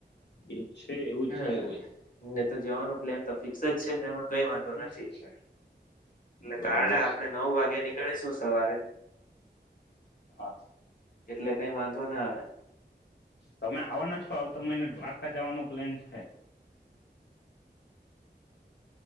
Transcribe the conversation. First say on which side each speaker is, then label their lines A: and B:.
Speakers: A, on the left; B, on the left.
A: એ. છે, એવું
B: હમ
A: જ છે, એવું જ.
B: ને તો જવાનો પ્લેન તો ફિક્સ જ છે, તેમાં કઈ વાંધો
A: ઠીક
B: નથી,
A: છે
B: એટલે
A: બરોબર
B: કાળે
A: છે
B: આપણેે નવ વાગે નીકળીશું સવારે
A: હા.
B: એટલે કઈ માન તો ના આવે.
A: તમે આવવાના છો, આવ તો મને દ્વારકા જવાનો પ્લેન છે.